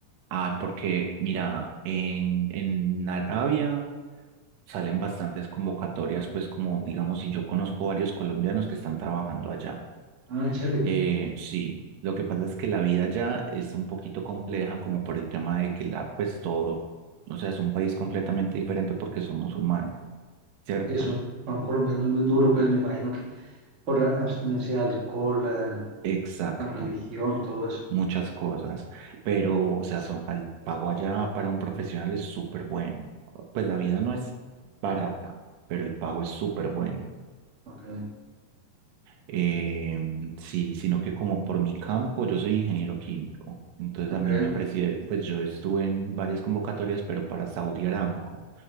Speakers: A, on the right (about 70°); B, on the right (about 55°).
A: Ah, porque mira, en, en Arabia salen bastantes convocatorias, pues como digamos, y yo conozco varios colombianos que están trabajando allá.
B: Ah, en serio,
A: Eh, sí, lo que pasa es que la vida ya es un poquito compleja como por el tema de que la, pues todo, o sea, es un país completamente diferente porque son musulmanes, ¿cierto?
B: que son, para un colombiano es muy duro, pues me imagino que por la abstinencia de alcohol, la,
A: Exacto,
B: la religión, todo eso.
A: muchas cosas, pero, o sea, son, el pago allá para un profesional es súper bueno. Pues la vida no es barata, pero el pago es súper bueno.
B: Ok,
A: Eh, sí, sino que como por mi campo, yo soy ingeniero químico. Entonces
B: ok.
A: a mí me ofrecieron, pues yo estuve en varias convocatorias, pero para Saudi Aramco.